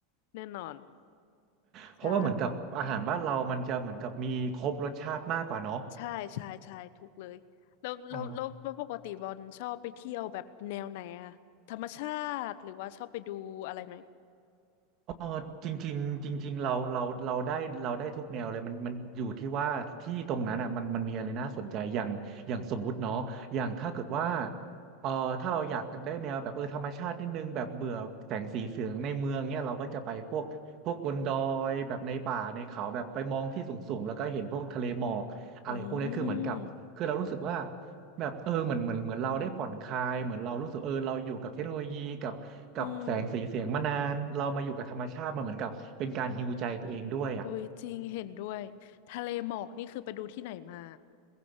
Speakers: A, on the left; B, on the right.
A: แน่นอน
B: เพราะว่าเหมือนกับอาหารบ้านเรามันจะเหมือนกับมีครบรสชาติมากกว่าเนาะ
A: ใช่ ใช่ใช่ใช่ถูกเลยแล้วแล้วแล้วแล้วปกติบอลชอบไปเที่ยวแบบแนวไหนอะธรรมชาติหรือว่าชอบไปดูอะไรไหม
B: อ๋อ เออจริงๆจริงๆเราเราเราได้เราได้ทุกแนวเลยมันมันอยู่ที่ว่าที่ตรงนั้นอ่ะมันมันมีอะไรน่าสนใจอย่างอย่างสมมุติเนาะอย่างถ้าเกิดว่าเออถ้าเราอยากได้แนวแบบเออธรรมชาตินิดนึงแบบเบื่อแสงสีเสียงในเมืองเนี่ยเราก็จะไปพวกพวกบนดอยแบบในป่าในเขาแบบไปมองที่สูงๆแล้วก็เห็นพวกทะเลหมอกอะไรพวกนี้คือเหมือนกับคือเรารู้สึกว่า
A: อืม
B: แบบเออเหมือนเหมือนเหมือนเราได้ผ่อนคลายเหมือนเรารู้สึกเออเราอยู่กับเทคโนโลยีกับกับแสงสีเสียงมานานเรามาอยู่กับธรรมชาติมันเหมือนกับเป็นการฮีลใจตัวเองด้วยอ่ะ
A: อืมอุ้ยจริงเห็นด้วยทะเลหมอกนี่คือไปดูที่ไหนมา